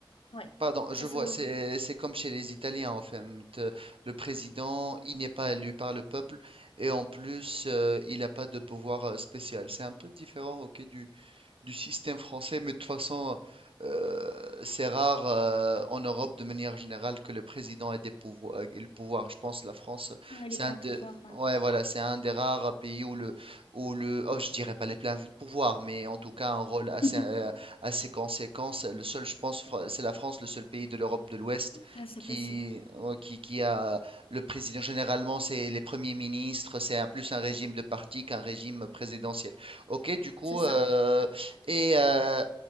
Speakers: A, on the left (about 80°); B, on the right (about 80°).
A: ouais,
B: pardon, je
A: ça c'est
B: vois,
A: au-
B: c'est, c'est comme chez les Italiens, en fait. euh, Le président, il n'est pas élu par le peuple et en plus, euh, il n'a pas de pouvoir euh, spécial. C'est un peu différent, ok, du, du système français, mais de toute façon, euh, c'est rare euh, en Europe de manière générale que le président ait des pouvoirs, euh, ait le pouvoir. Je pense que la France,
A: on a
B: c'est
A: les pleins
B: un de,
A: pouvoirs.
B: ouais, voilà, c'est un des rares pays où le, où le, oh, je dirais pas les pleins pouvoirs, mais en tout cas un rôle assez,
A: ouais. <laughs>
B: euh, assez conséquent. C'est Le seul, je pense, Fra- c'est la France, le seul pays de l'Europe de l'Ouest
A: Ah, c'est
B: qui,
A: possible.
B: ouais, qui, qui a le président. Généralement, c'est les premiers ministres, c'est un- plus un régime de parti qu'un régime présidentiel. Ok, du coup,
A: C'est ça.
B: euh, et euh,